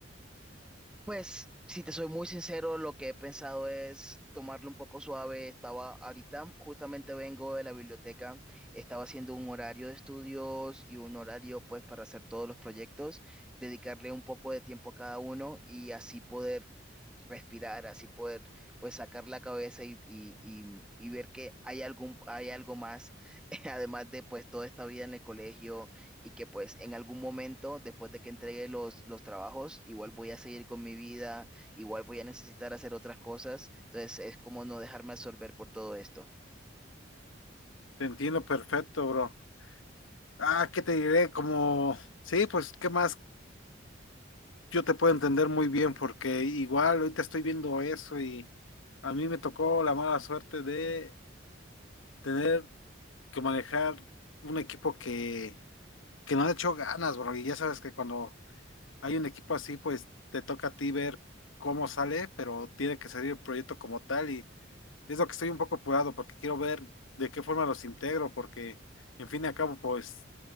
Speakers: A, in the centre; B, on the left (about 90°).
A: Pues, si te soy muy sincero, lo que he pensado es tomarlo un poco suave. Estaba ahorita, justamente vengo de la biblioteca, estaba haciendo un horario de estudios y un horario pues para hacer todos los proyectos, dedicarle un poco de tiempo a cada uno y así poder respirar, así poder pues sacar la cabeza y, y, y- y ver que hay algún, hay algo más, <laughs> además de pues toda esta vida en el colegio y que pues en algún momento, después de que entregue los, los trabajos, igual voy a seguir con mi vida, igual voy a necesitar hacer otras cosas, entonces es como no dejarme absorber por todo esto.
B: Te entiendo perfecto, bro. Ah, ¿qué te diré? Como, sí, pues, ¿qué más? Yo te puedo entender muy bien porque igual ahorita estoy viendo eso y a mí me tocó la mala suerte de tener que manejar un equipo que, que no le echó ganas, bro. Y ya sabes que cuando hay un equipo así, pues te toca a ti ver cómo sale, pero tiene que salir el proyecto como tal. Y es lo que estoy un poco apurado porque quiero ver de qué forma los integro, porque en fin y al cabo, pues